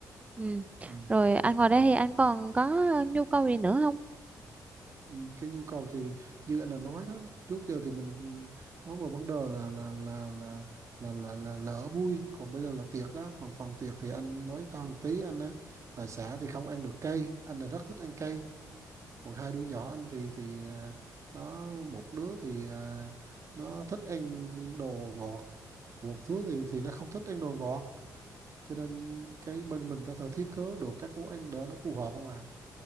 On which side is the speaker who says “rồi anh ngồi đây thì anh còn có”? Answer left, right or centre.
Right